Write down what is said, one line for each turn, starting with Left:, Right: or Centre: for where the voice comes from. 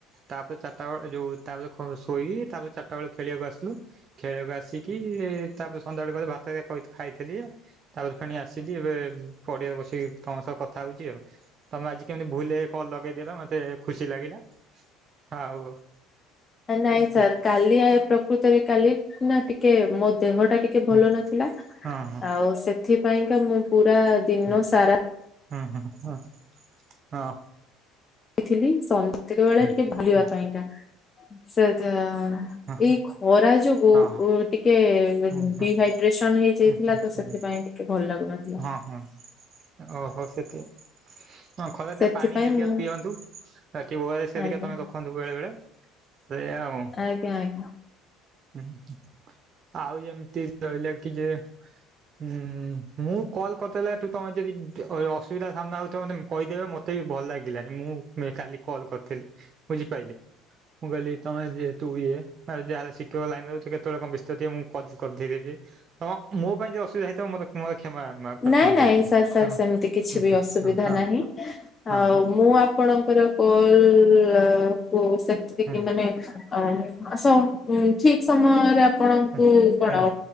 Right: ତାପରେ ଚାରିଟା ବେଳ ଯୋଉ ତାପ ଖ ଶୋଇ ତାପରେ ଚାରିଟା ବେଳ ଖେଳିବାକୁ ଆସିଲୁ ଖେଳକୁ ଆସିକି ତାପରେ ସନ୍ଧ୍ୟାବେଳେ କ ଭାତ ହରି କା କଇ ଖାଇଥିଲି ତାପରେ ଫେଣି ଆସିଲି ଏବେ ପଡିଆରେ ବସିକି ତମ ସହ କଥା ହଉଛି ଆଉ ତମେ ଆଜି କେମିତି ଭୁଲରେ କଲ ଲଗେଇଦେଲ ମତେ ଖୁସି ଲାଗିଲା ଆଉ
Left: ନାଇଁ
Right: ଏତିକି।
Left: ସାର୍ କାଲି ଆ ପ୍ରକୃତରେ କାଲି ନା ଟିକେ ମୋ ଦେହ ଟା ଟିକେ ଟିକେ ଭଲ
Right: ହୁଁ
Left: ନଥିଲା
Right: ହଁ ହଁ
Left: ଆଉ ସେଥିପାଇଁକା ମୁଁ ପୁରା ଦିନ
Right: ହୁଁ
Left: ସାରା
Right: ହୁଁ ହୁଁ ହଁ ହଁ
Left: ଥିଲି ସନ୍ଧ୍ୟା ବେଳେ
Right: ହଁ ହୁଁ।
Left: ଟିକେ ଭୁଲିବା
Right: ହୁଁ
Left: ପାଇଁକା ସେ <unintelligible>
Right: ହଁ
Left: ଏଇ ଖରା ଯୋଗୁ
Right: ହଁ
Left: ଟିକେ
Right: ହଁ ହୁଁ ହୁଁ।
Left: ଡିହାଇଡ୍ରେସନ ହେଇଯାଇଥିଲା
Right: ହୁଁ
Left: ତ ସେ ସେଥିପାଇଁ ଟିକେ ଭଲ ଲାଗୁନଥିଲା
Right: ହଁ ହଁ ଓହୋ ସେତି ହ ଖରା
Left: ସେଥିପାଇଁ
Right: ନି ପାଣି ହେରିକା
Left: ମୁଁ
Right: ପିଅନ୍ତୁ ବାକି ଓ ଆର ଏସ ହେରୀକା
Left: ଆଜ୍ଞା
Right: ତମେ ର ରଖନ୍ତୁ ବେଳେ ବେଳେ ସେ ଆଉ
Left: ଆଜ୍ଞା ଆଜ୍ଞା
Right: ହୁଁ ଆଉ ଯେମିତି ରହିଲା କି ଯେ ହୁଁ ମୁଁ କଲ୍ କରିଦେଲେ ଏଠୁ ତମେ ଯଦି ଅ ଅସୁବିଧା ସାମ୍ନା ହଉଥବ ମାନେ କହିଦେବେ ମତେ ମତେ ବି ଭଲ ଲାଗିଲାନି ମୁଁ କାଲି କଲ କରିଥିଲି ବୁଝିପାରିଲେ? ମୁଁ ଗଲି ତମେ ଯେ ତୁ ବିଇଏ ଯ କେବଳ ଲାଇନ ରଉିବ କେତେବେଳେ କା ବ୍ୟସ୍ତ ଥିବ ମୁଁ କରି ଦେଇେବ ଯେ ହଁ ମୋ ପାଇଁ ଯେ ଅସୁବିାଇ ମତେୋ କ୍ଷମା ପ୍ରାର୍ଥନା
Left: ନାଇଁ ନାଇଁ
Right: କରୁଛି।
Left: ସାର୍ ସାର୍
Right: ହଁ
Left: ସେମିତି କିଛି
Right: ହୁଁ
Left: ବି ଅସୁବିଧା
Right: ହୁଁ
Left: ନାହିଁ
Right: ହଁ
Left: ଆଉ
Right: ହଁ
Left: ମୁଁ ଆପଣ ଆପଣଙ୍କର କଲ କୁ ସେତିତିକି
Right: ହଁ
Left: ମାନେ ଅ ଠିକ ସମୟରେ ଆପଣଙ୍କୁ
Right: ହଁ
Left: କଣ
Right: ହଁ